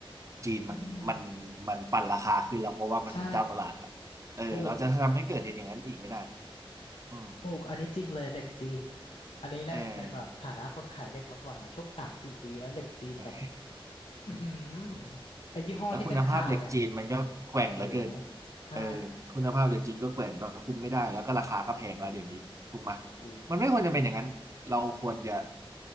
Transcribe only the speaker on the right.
จีนมันมันมันปั่นราคาขึ้นแล้วเพราะว่ามันเป็นเจ้าตลาดละเออเราจะทำให้เกิดอย่างนั้นอีกไม่ได้
อืม
เออใช่
แล้วคุณภาพเหล็กจีนมันก็แกว่งเหลือเกิน
เออคุณภาพเหล็กจีนก็แกว่งแล้วคุมไม่ได้แล้วก็ราคาก็แพงแล้วเดี๋ยวนี้ถูกไหมย
มันไม่ควรจะเป็นอย่างนั้นเราควรจะ